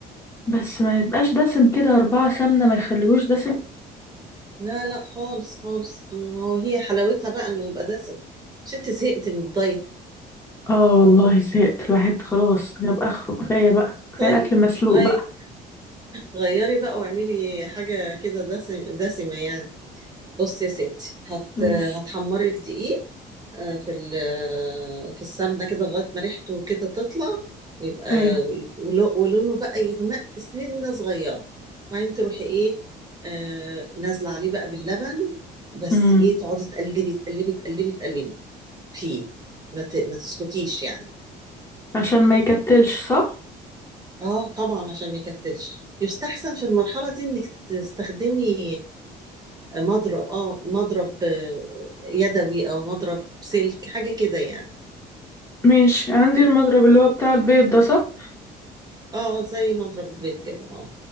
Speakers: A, on the left; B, on the right.
A: بس ما يبقاش دسم كده اربعه سمنه ما يخليهوش دسم
B: لا لا خالص خالص هو هي حلاوتها بقى انه يبقى دسم مش انت زهقتي من الدايت
A: اه والله زهقت الواحد خلاص جاب اخره كفايه بقى كفايه
B: طيب
A: اكل مسلوق
B: غي...
A: بقى
B: غيري بقى واعملي حاجة كده دسم... دسمة يعني بصي يا ستي هت...
A: ماشي
B: هتحمري الدقيق آه، في ال- آه، في السمنة كده لغاية ما ريحته كده تطلع يبقى
A: ايوه
B: ولو- ولونه بقى يغمق سنة صغيرة وبعدين تروحي ايه آه، نازلة عليه بقى باللبن بس
A: امم
B: ايه تقعدي تقلبي تقلبي تقلبي تقلبي فيه ما ت- ما تسكتيش يعني
A: عشان ما يكتلش صح
B: اه طبعا عشان ما يكتلش يستحسن في المرحلة دي انك تستخدمي آه، مضرب اه مضرب آه، يدوي او مضرب سلك حاجة كده يعني
A: ماشي عندي المضرب اللي هو بتاع البيض ده صح
B: اه زي مضرب بيت كده اه